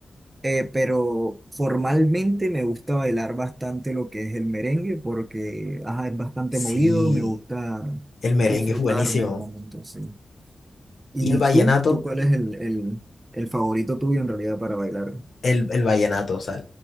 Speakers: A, on the right (about 25°); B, on the left (about 70°).
A: Eh, pero formalmente me gusta bailar bastante lo que es el merengue porque ajá, es bastante
B: Sí,
A: movido, me gusta
B: el merengue
A: disfrutarme
B: es buenísimo.
A: el momento, sí. ¿Y
B: ¿Y el vallenato?
A: tú? ¿Tú cuál es el, el, el favorito tuyo en realidad para bailar?
B: El, el vallenato, o sea,